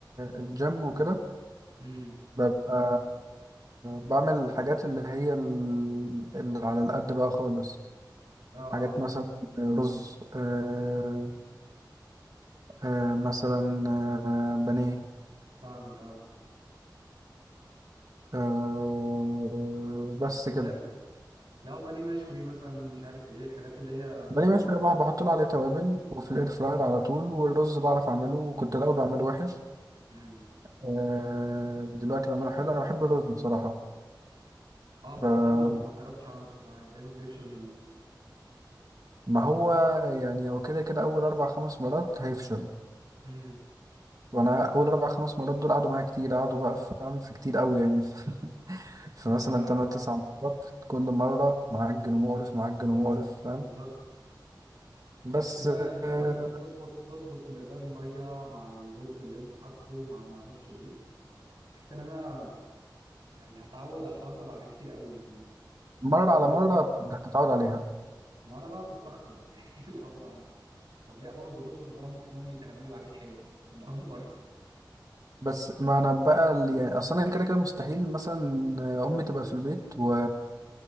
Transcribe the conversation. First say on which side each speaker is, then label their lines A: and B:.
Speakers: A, on the right (about 50°); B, on the right (about 85°).
A: الجيم وكده
B: امم
A: ببقى بعمل الحاجات اللي هي ال- اللي على القد بقى خالص
B: اه اه
A: حاجات مثلا رز آه آه مثلا آه بانيه
B: فاهمك اه
A: آه بس كده
B: لا لو بانيه مشوي مثلا مش عارف ايه الحاجات اللي هي
A: بانيه مشوي بقى بحط له عليه توابل وفي الاير فراير على طول والرز بعرف اعمله وكنت الاول بعمله وحش
B: امم
A: آه دلوقتي
B: <laughs>
A: بعمله حلو انا بحب الرز بصراحة
B: اه بس
A: ف-
B: انا ما ما جربتش اعمله بصراحه دايما بيفشل مني
A: ما هو يعني هو كده كده اول اربع خمس مرات هيفشل
B: امم
A: وانا اول اربع خمس مرات دول قعدوا معايا كتير قعدوا بقى فاهم في كتير قوي يعني في <laughs> فمثلا
B: لا
A: تمن تسع مرات كل مره معجن ومقرف معجن ومقرف فاهم
B: بالظبط
A: بس
B: حته بقى ان انت
A: آه،
B: تظبط تظبط مقدار الميه مع الرز اللي انت حاطه مع ما اعرفش ايه بحس ان انا يعني هتعود على الحوار ده بعد كتير قوي يعني
A: مرة
B: وبي...
A: على مرة هتتعود عليها
B: ما انا بقى بستخسر <laughs> يعني اللي هو طب ليه ابوظ الرز طب انا ممكن امي تعمله عادي حلو من اول مره
A: بس ما انا بقى ال- يعني اصلا كده كده مستحيل مثلا امي تبقى في البيت و...